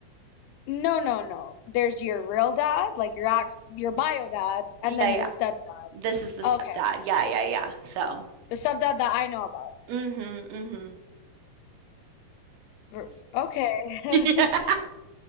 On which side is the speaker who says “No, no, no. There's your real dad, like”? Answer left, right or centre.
Left